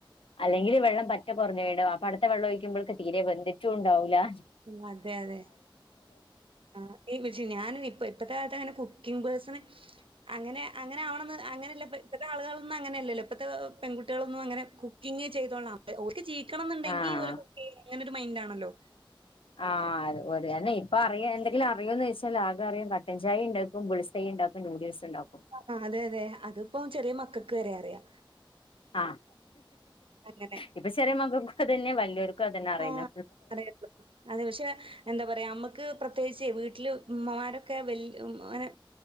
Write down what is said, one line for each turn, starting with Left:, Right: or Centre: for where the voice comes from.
Left: അല്ലെങ്കില് വെള്ളം പറ്റെ കൊറഞ്ഞ്പോയിണ്ടാവും അപ്പൊ അടുത്ത വെള്ളം ഒഴിക്കുമ്പഴ്ത്തേ തീരെ ബെന്തിട്ടൂണ്ടാവൂലാ.
Right: ഉം അതെ, അതെ. ആഹ് ഈ വിശി ഞാനും ഇപ്പ ഇപ്പഴത്തെ കാലത്തങ്ങനെ കുക്കിംഗ് പേഴ്സണ്. അങ്ങനെ അങ്ങനെ ആവണന്ന് അങ്ങനല്ല ഇപ്പ ഇപ്പത്തെ ആളുകളൊന്നും അങ്ങനെയല്ലല്ലോ ഇപ്പത്തെ പെൺകുട്ടികളൊന്നും അങ്ങനെ കുക്ക് ക്കിങ്ങ് ചെയ്തോളാം ഓൽക്ക് ജീവിക്കണം ന്ന്ണ്ടെങ്കി
Left: ആഹ്
Right: ഓല്കുക്കിയും അങ്ങനൊരു മൈൻഡാണല്ലോ.
Left: ആഹ് അത് ഒരു അന്നെപ്പ. അറിയ എന്തെങ്കിലും അറിയോന്നോയ്ച്ചാല് ആകറിയ കട്ടൻചായണ്ടാക്കും, ബുൾസൈണ്ടാക്കും, നൂഡിൽസ്ണ്ടാക്കും.
Right: ആഹ് അതെ അതെ അതിപ്പോ ചെറിയ മക്കക്ക് വരെ അറിയാ.
Left: ആഹ്
Right: അങ്ങനെ
Left: ഇപ്പൊ ചെറിയ മക്കക്കൂ അതന്നെ വല്ല്യോര്ക്കു അതന്നെ അറിയുന്ന.
Right: ആഹ് അറിയുള്ളൂ അതെ പക്ഷെ എന്താ പറയാ നമ്മുക്ക് പ്രത്യേകിച്ച് വീട്ടില് ഉമ്മമാരൊക്കെ വല് അങ്ങനെ.